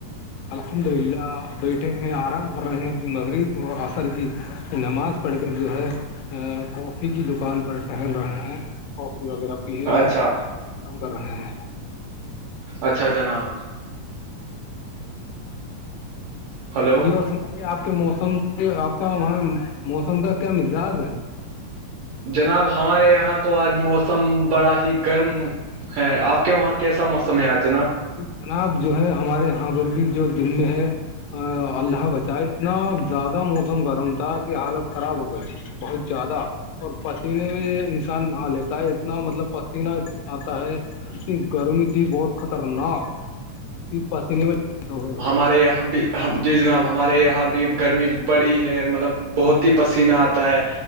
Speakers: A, on the left; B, on the right.
A: الحمد للہ بیٹھے ہیں آرام کر رہے ہیں انی مغرب و عصر کی نماز پڑ کر جو ہے کافی کی دکان پر ٹہل رہے ہیں کافی وغیرہ یہ ہے ابھی
B: اچھا
A: آم کر رہے ہیں
B: اچھا جناب ہلو
A: جی اور سنائیے آپ کے موسم آپ کا وہاں موسم کا کیا مزاج ہے
B: جناب ہمارے یہاں تو آج موسم بڑا ہی گرم ہے آپ کے وہاں کیسا موسم ہے آج جناب
A: ج جناب جو ہے ہمارے یہاں پرر بھی جو دل میں ہے اللہہ بچائے اتنا زیادہ موسم گرم تھا کہ حالت خراب ہو گئی بہت زیادہ اور پسینے میں یہ انسان نہا لیتا ہے اتنا مطلب پسینہ انا آتا ہے انی گرمی تھی بہت خطرناک ت پسینے میں ہوئے ہم
B: مارے ہمم بھی ہم جی جناب ہمارے یہاں بھی گرمی بڑی ہے مطلب بہت ہی پسینہ آتا ہے